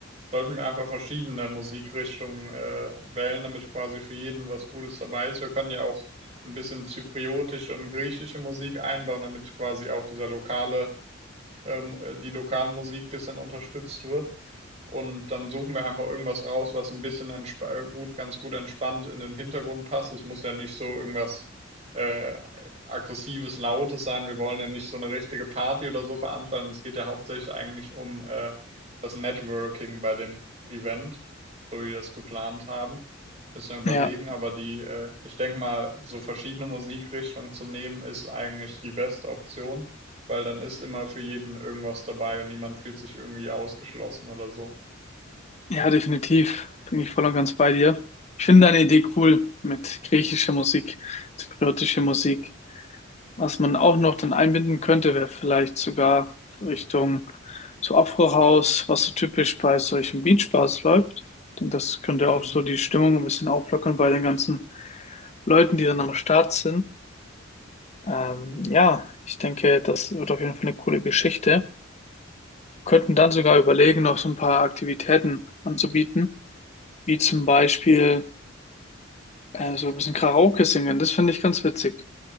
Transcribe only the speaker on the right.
sollten wir einfach verschiedene Musikrichtungen äh, wählen, damit quasi für jeden was Gutes dabei ist. Wir können ja auch ein bisschen zypriotische und griechische Musik einbauen, damit quasi auch dieser lokale, ähm, äh, die lokale Musik ein bisschen unterstützt wird. Und dann suchen wir einfach irgendwas raus, was ein bisschen entsp äh, gut, ganz gut entspannt in den Hintergrund passt. Es muss ja nicht so irgendwas äh, aggressives, lautes sein. Wir wollen ja nicht so eine richtige Party oder so veranstalten. Es geht ja hauptsächlich eigentlich um äh, das Networking bei dem Event, so wie wir es geplant haben. Müssen wir überlegen,
aber die, äh, ich denke mal, so verschiedene Musikrichtungen zu nehmen, ist eigentlich die beste Option, weil dann ist immer für jeden irgendwas dabei und niemand fühlt sich irgendwie ausgeschlossen oder so.
Mhm.
Mhm.